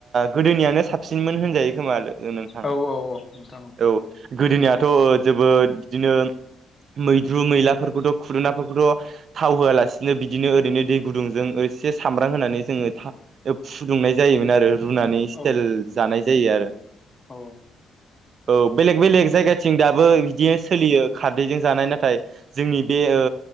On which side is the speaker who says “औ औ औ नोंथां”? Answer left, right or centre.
Left